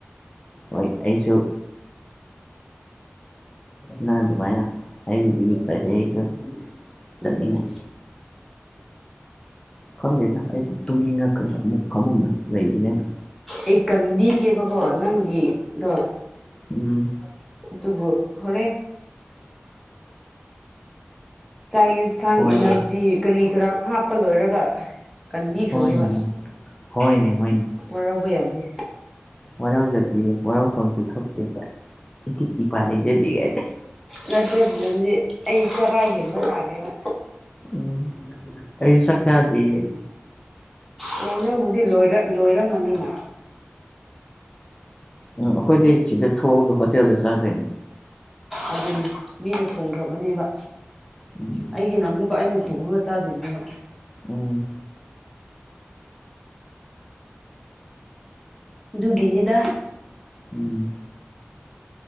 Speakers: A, on the left; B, in the centre.
A: ꯍꯣꯏ ꯑꯩꯁꯨ ꯅꯪ ꯑꯗꯨꯃꯥꯏꯅ ꯍꯥꯏꯕꯤꯕꯒꯤ ꯐꯔꯦ ꯑꯩꯁꯨ ꯆꯠꯅꯤꯡꯉꯅꯤ
B: ꯎꯝ
A: ꯈꯪꯗꯦꯗ ꯑꯩꯗꯤ ꯇꯨꯝꯅꯤꯡꯉꯛ ꯀ ꯑꯃꯨꯛ ꯐꯃꯨꯡ ꯂꯩꯕꯅꯦꯅ
B: ꯑꯩ ꯀꯟꯕꯤꯒꯦꯕꯀꯣ ꯅꯪꯒꯤꯗꯣ
A: ꯎꯝ
B: ꯑꯗꯨꯕꯨ ꯍꯣꯔꯦꯟ ꯆꯥꯛ ꯌꯦꯟꯁꯥꯡ
A: ꯍꯣꯏꯅꯦ
B: ꯏꯅꯔꯖꯤ ꯀꯔꯤ ꯀꯔꯥꯡ ꯍꯥꯞꯄ ꯂꯣꯏꯔꯒ ꯀꯟꯕꯤꯈ꯭ꯔꯒꯦꯕ
A: ꯍꯣꯏꯅꯦ ꯍꯣꯏꯅꯦ ꯍꯣꯢꯅꯦ
B: ꯋꯥꯔꯧꯕ ꯌꯥꯗꯦ
A: ꯋꯥꯔꯧꯖꯗꯦ ꯋꯥꯔꯧꯐꯝꯁꯨ ꯊꯣꯛꯇꯦ ꯏꯇꯤꯛ ꯏꯄꯥ ꯂꯩꯖꯗꯦ ꯀꯥꯏꯅ
B: ꯅꯠꯇꯗꯨꯗꯗꯤ ꯑꯩ ꯆꯔꯥ ꯍꯦꯟꯕ ꯇꯥꯔꯦꯕ
A: ꯎꯝ ꯑꯩꯩꯁꯨ ꯆꯥꯛꯆꯥꯗ꯭ꯔꯤꯌꯦ
B: ꯍꯣꯏ ꯅꯪꯕꯨꯗꯤ ꯂꯣꯏꯔꯝꯃꯅꯤꯅ
A: ꯎꯝ ꯑꯩꯈꯣꯏꯗꯤ
B: ꯆꯤ
A: ꯁꯤꯗ ꯊꯣꯛꯑꯒ ꯍꯣꯇꯦꯜꯗ ꯆꯥꯗꯣꯏꯅꯤ
B: ꯑꯗꯨꯅꯤ ꯃꯤꯅ ꯊꯣꯡꯈ꯭ꯔꯕꯅꯦꯕ
A: ꯎꯝ
B: ꯑꯩꯒꯤꯅ ꯑꯃꯨꯛ ꯀ ꯑꯩꯅ ꯊꯣꯡꯉꯒ ꯆꯥꯗꯣꯏꯅꯦꯕ
A: ꯎꯝ
B: ꯗꯨꯒꯤꯅꯤꯗ
A: ꯎꯝ